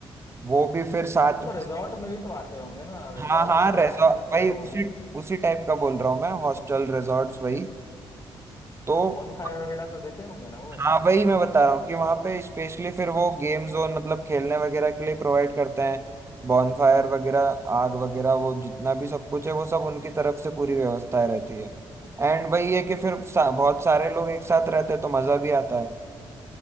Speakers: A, on the right; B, on the left.
A: वो भी फिर साथ
B: तो वो तो
A: में
B: रिजॉर्ट में भी तो आते होंगे ना रिजॉर्ट
A: हाँ हाँ
B: वगैरह
A: रेजॉर्ट
B: में भी तो
A: वही
B: वो
A: उसी उसी टाइप का बोल रहा हूँ मैं हॉस्टल रिजॉर्ट्स वही तो
B: बोनफायर वगैरह तो देते होंगे ना वो
A: हाँ वही मैं बता रहा हूँ कि वहां पे स्पेशली फिर वो गेम जोन मतलब खेलने वगैरह के लिए प्रोवाइड करते हैं बॉनफायर वगैरह आग वगैरह वो जितना भी सब कुछ है वो सब उनकी तरफ से पूरी व्यवस्थाएं रहती है एंड वही है कि फिर सा, बहुत सारे लोग एक साथ रहते हैं तो मजा भी आता है